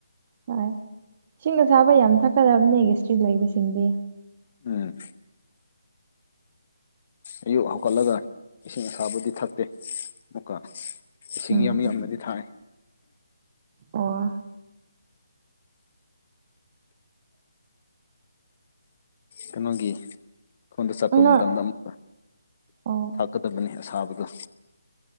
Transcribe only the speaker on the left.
ꯎꯝ ꯑꯌꯨꯛ ꯍꯧꯒꯠꯂꯒ ꯏꯁꯤꯡ ꯑꯁꯥꯕꯨꯗꯤ ꯊꯛꯇꯦ ꯑꯃꯨꯛꯀ ꯏꯁꯤꯡ
ꯌꯥꯝ ꯌꯥꯝꯅꯗꯤ ꯊꯥꯏ
ꯀꯩꯅꯣꯒꯤꯈꯣꯟꯗ ꯆꯠꯄ
ꯃꯇꯝꯗ ꯑꯃꯨꯛꯀ
ꯊꯀꯠ ꯐꯖꯕꯅꯤ ꯑꯁꯥꯕꯗꯣ